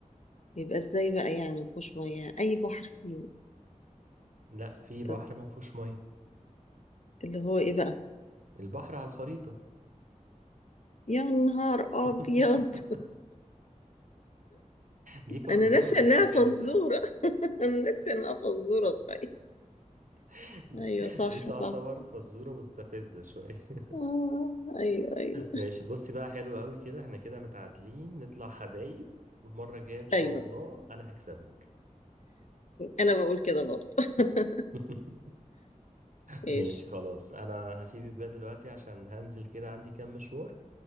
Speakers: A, on the left; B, on the right.
A: يبقى ازاي بقى يعني ما فيهوش مية أي بحر فيه
B: لا في
A: طب
B: بحر ما فيهوش ميه
A: اللي هو ايه بقى
B: البحر على الخريطة
A: يا نهار
B: <laughs>
A: أبيض
B: دي فزورة
A: انا ناسيه
B: مستفزة
A: انها فزوره <laughs> انا ناسيه انها فزوره صحيح
B: <laughs>
A: ايوه صح
B: دي تعتبر
A: صح
B: فزورة مستفزة شوية <laughs>
A: آه ايوه ايوه
B: ماشي بصي بقى حلو قوي كده احنا كده متعادلين نطلع حبايب والمرة الجاية ان شاء
A: ايوه
B: الله انا هكسبك
A: انا بقول كده برضه <laughs>
B: <laughs>
A: ماشي
B: ماشي خلاص انا هسيبك بقى دلوقتي عشان هنزل كده عندي كام مشوار